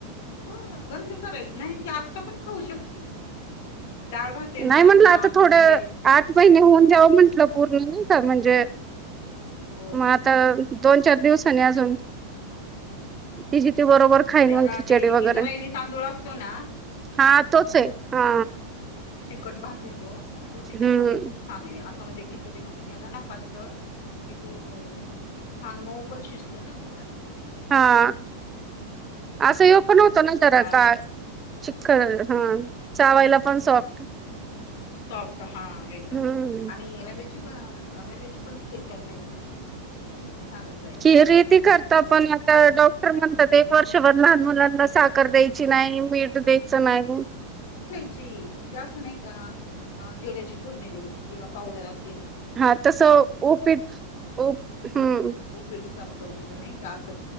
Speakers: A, on the left; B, on the right.
A: हो बंद करायच नाही आता पण खाऊ शकती डाळ भात आहे ना
B: नाही म्हटलं
A: ना
B: आता
A: आपलं
B: थोडं
A: म्हणजे अ
B: आठ महिने होऊन दयाव म्हंटलं
A: तो
B: पूर्ण नाही का म्हणजे
A: हो
B: मग
A: हो
B: आता
A: हो
B: दोन चार दिवसांनी अजून तिची
A: हम्म
B: ती बरोबर खाईन
A: त्याला
B: मग खिचडी
A: ते
B: वगैरे
A: इंद्रायणी तांदूळ असतो ना
B: हा तोच ये हा
A: तिकट भात होतो तो तिच्यासाठी
B: हम्म
A: खूप छान आहे असं म्हणजे खिचडी भात केला ना पातळ कि तो छान मऊ पण शिजतो ना तो भात
B: हा
A: हो
B: असं यो
A: मग
B: पण होतो
A: ते
B: ना
A: दूध
B: जरा
A: भात
B: काय चिकख हा चावायला पण सॉफ्ट
A: सॉफ्ट हा आ एकदम
B: हम्म
A: आणि रव्याची पण रव्याची पण खीर करता येती ना ती पण चालत जायचं
B: खीर येती
A: पातळ
B: करता पण मग अ डॉक्टर म्हणतात एक वर्षभर लहान मुलांना साखर द्यायची नाही मीठ द्यायचं नाही.
A: ची म्हणजे अस नाही का जिऱ्याची फोडणी द्यायची जिरा पावडर अस
B: हां तसं ओ ओपिट ओप हां.
A: उपीठ सारखं म्हणजे नाही का असं